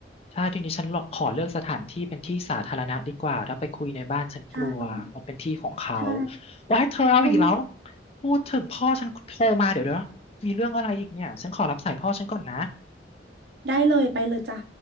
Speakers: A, on the left (about 35°); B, on the right (about 70°).
A: ใช่ทีนี้ฉันขอเลือกสถานที่เป็นที่สาธารณะดีกว่าถ้าไปคุยในบ้านฉันกลัวมันเป็นที่ของเขา
B: ใช่ใช่
A: ว้ายเธอเอาอีกแล้ว
B: ต้อง
A: พูดถึงพ่อฉันโทรมาเดี๋ยวเดี๋ยวมีเรื่องอะไรอีกเนี่ยฉันขอรับสายพ่อฉันก่อนนะ
B: ได้เลยไปเลยจ้ะ